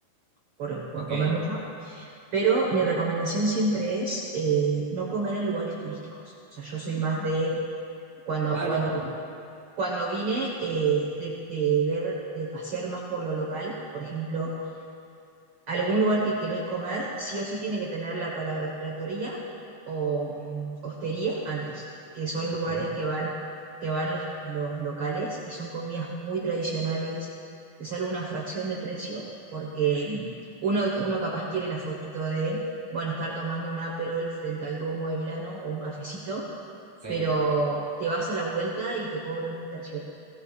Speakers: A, on the right; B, in the centre.
A: por, por
B: Ok.
A: comer mucho. Pero mi recomendación siempre es eh, no comer en lugares turísticos. O sea, yo soy más de cuando,
B: Ah,
A: cuando,
B: no.
A: cuando vine eh, de, de ver, de pasear más por lo local. Por ejemplo, algún lugar que querés comer, sí o sí tiene que tener la palabra trattoria o mm, hostería antes, que son
B: Ok.
A: lugares que van, que van los, los locales y son comidas muy tradicionales, te sale una fracción de precio porque mm, uno, uno capaz quiere la fotito de, bueno, estar tomando un Aperol frente al Duomo de Milano o un cafecito,
B: Sí,
A: pero te vas a la vuelta y te cobran un tercio